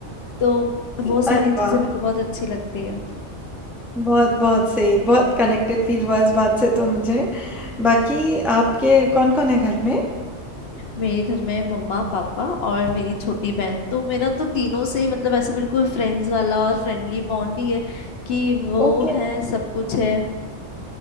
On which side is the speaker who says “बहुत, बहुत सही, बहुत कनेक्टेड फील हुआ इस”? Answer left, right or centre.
Centre